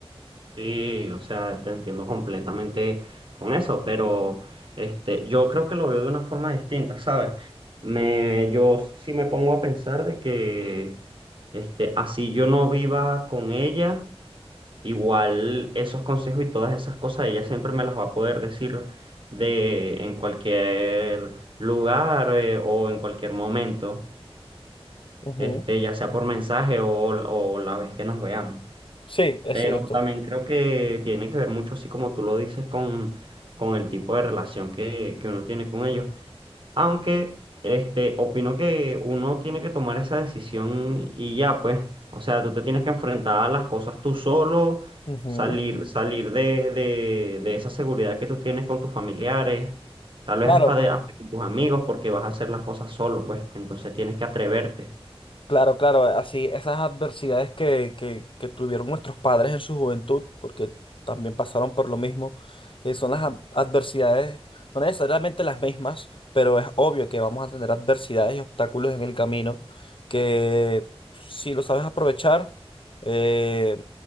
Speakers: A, on the right; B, on the left.
A: Sí, o sea, te entiendo completamente con eso, pero este, yo creo que lo veo de una forma distinta, ¿sabes? Me, yo sí me pongo a pensar de que este, así yo no viva con ella, igual esos consejos y todas esas cosas, ella siempre me las va a poder decir de, en cualquier lugar, eh, o en cualquier momento,
B: Ujú.
A: este, ya sea por mensaje o, o la vez que nos veamos.
B: Sí, es
A: Pero
B: cierto.
A: también creo que tiene que ver mucho, así como tú lo dices, con, con el tipo de relación que, que uno tiene con ellos. Aunque, este, opino que uno tiene que tomar esa decisión y ya, pues. O sea, tú te tienes que enfrentar a las cosas tú solo,
B: Ujú.
A: salir, salir de, de, de esa seguridad que tú tienes con tus familiares, tal vez
B: Claro,
A: hasta, de, hasta con tus amigos, porque vas a hacer las cosas solo, pues. Entonces tienes que atreverte.
B: Claro, claro, así esas adversidades que, que, que tuvieron nuestros padres en su juventud, porque también pasaron por lo mismo, eh, son las ad- adversidades, no necesariamente las mismas, pero es obvio que vamos a tener adversidades y obstáculos en el camino que si lo sabes aprovechar, eh,